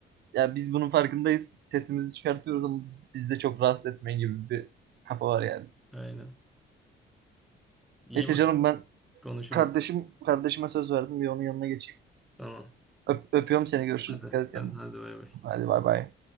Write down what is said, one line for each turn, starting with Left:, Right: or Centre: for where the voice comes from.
Right: yani biz bunun farkındayız. Sesimizi çıkartıyoruz ama biz de çok rahatsız etmeyin gibi bir kafa var yani.
Centre: <laughs> Aynen. İyi
Right: Neyse
Centre: bak
Right: canım ben
Centre: konuşuruz.
Right: Kardeşim kardeşime söz verdim. Bir onun yanına geçeyim.
Centre: Tamam.
Right: Öp- öpüyorum seni. Görüşürüz.
Centre: Hadi.
Right: Dikkat et kendine.
Centre: Hadi, hadi bay bay.
Right: Hadi bay bay.